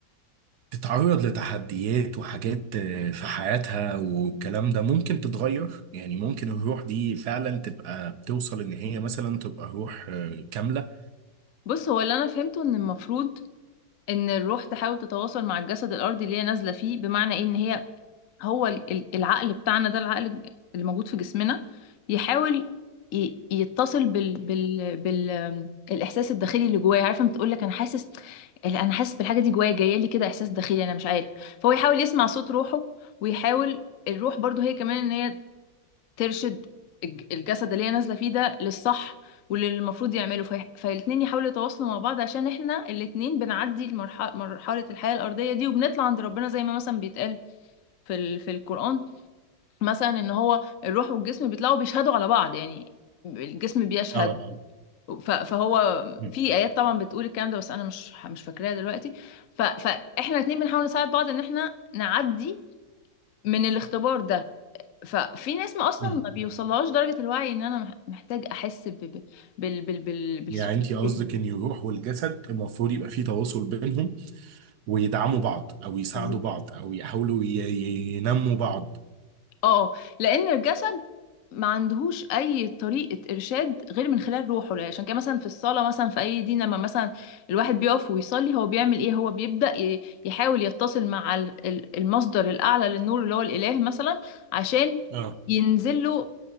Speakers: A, on the right; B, on the left.
A: تتعرض لتحديات وحاجات آه، في حياتها والكلام ده ممكن تتغير يعني ممكن الروح دي فعلا تبقى بتوصل إن هي مثلا تبقى روح آه، كاملة
B: بص هو اللي انا فهمته ان المفروض ان الروح تحاول تتواصل مع الجسد الارضي اللي هي نازله فيه بمعنى ايه ان هي هو ال- ال- العقل بتاعنا ده العقل اللي موجود في جسمنا يحاول ي- يتصل بال بال بال آم، الاحساس الداخلي اللي جوايا عارفه بتقول لك انا حاسس انا حاسس بالحاجه دي جوايا جايه لي كده احساس داخلي انا مش عارف فهو يحاول يسمع صوت روحه ويحاول الروح برضو هي كمان ان هي ترشد الج- الجسد اللي هي نازله فيه ده للصح واللي المفروض يعمله في... فالاتنين يحاولوا يتواصلوا مع بعض عشان احنا الاتنين بنعدي المرحله مرحله الحياه الارضيه دي وبنطلع عند ربنا زي ما مثلا بيتقال في ال... في القران مثلا ان هو الروح والجسم بيطلعوا بيشهدوا على بعض يعني الجسم بيشهد
A: اه اه
B: ف... فهو
A: م-
B: في ايات طبعا بتقول الكلام ده بس انا مش مش فاكراها دلوقتي ف... فاحنا الاتنين بنحاول نساعد بعض ان احنا نعدي من الاختبار ده ففي ناس ما اصلا
A: م.
B: ما بيوصلهاش درجة الوعي ان انا مح- محتاج احس ب... ب... بال... بال... بال... بالصوت
A: يعني انت
B: الداخلي
A: قصدك ان الروح والجسد المفروض يبقى فيه تواصل بينهم ويدعموا بعض او يساعدوا
B: ده.
A: بعض او يحاولوا ي- ي- ينموا بعض
B: اه لان الجسد ما عندهوش اي طريقه ارشاد غير من خلال روحه لا عشان كده مثلا في الصلاه مثلا في اي دين لما مثلا الواحد بيقف ويصلي هو بيعمل ايه هو بيبدا ي- يحاول يتصل مع ال- ال- المصدر الاعلى للنور اللي هو الاله مثلا عشان
A: اه
B: ينزل له